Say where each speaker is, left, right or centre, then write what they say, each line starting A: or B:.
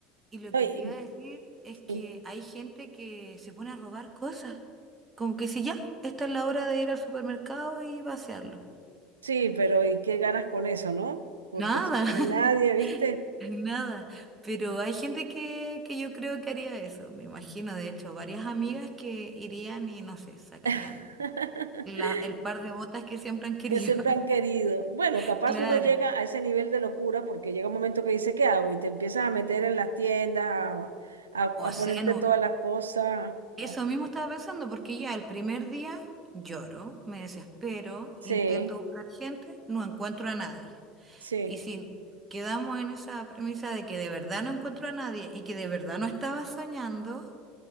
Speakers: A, on the right; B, on the right.
A: Y lo
B: No,
A: que
B: y-
A: te iba a decir es que
B: sí,
A: hay gente que se pone a robar cosas. Como que si ya, esta es la hora de ir al supermercado y vaciarlo.
B: sí, pero ¿y qué ganas con eso, no? Porque
A: Nada,
B: si no
A: <laughs>
B: hay nadie, ¿viste?
A: nada. Pero hay gente que, que yo creo que haría eso. Me imagino, de hecho, varias amigas que irían y no sé, sacarían.
B: <laughs>
A: la- el par de botas que siempre han querido.
B: que siempre
A: <laughs>
B: han querido. Bueno, capaz
A: Claro.
B: uno llega a ese nivel de locura porque llega un momento que dice, ¿qué hago? Y te empiezas a meter en las tiendas, a, a- a
A: O sea,
B: ponerte
A: no,
B: todas las cosas.
A: eso
B: Ah,
A: mismo estaba pensando, porque ya el primer día lloro, me desespero,
B: Sí,
A: intento buscar gente, no encuentro a nadie.
B: sí,
A: Y si quedamos en esa premisa de que de verdad no encuentro a nadie y que de verdad no estaba soñando,